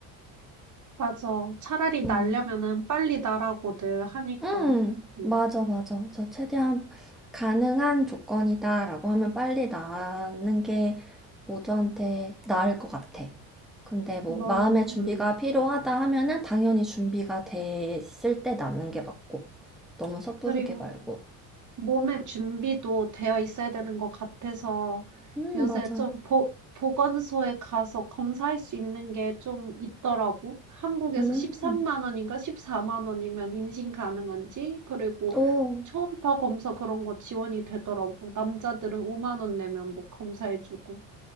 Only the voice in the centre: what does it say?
음.
음,
맞아, 맞아. 그래서 최대한 가능한 조건이다라고 하면 빨리 나는 게 모두한테 나을 것 같아. 근데 뭐
마음의 준비가
필요하다 하면은 당연히 준비가 됐을 때 낳는 게 맞고. 너무 섣부르게
말고.
음,
맞아.
음.
오,